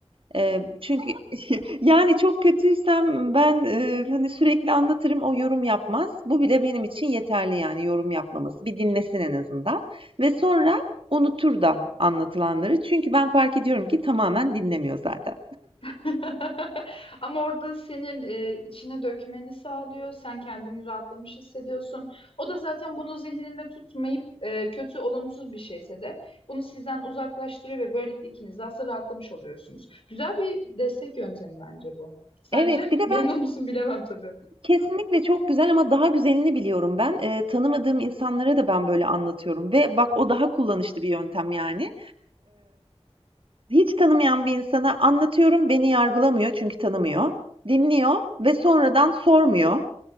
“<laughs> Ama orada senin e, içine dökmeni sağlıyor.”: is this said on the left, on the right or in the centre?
Left